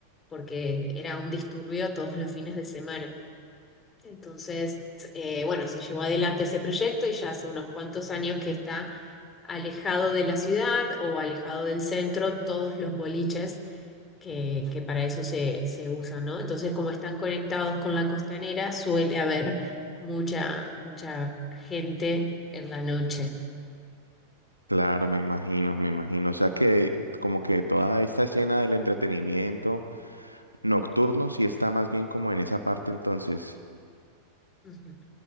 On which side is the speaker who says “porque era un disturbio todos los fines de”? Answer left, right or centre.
Left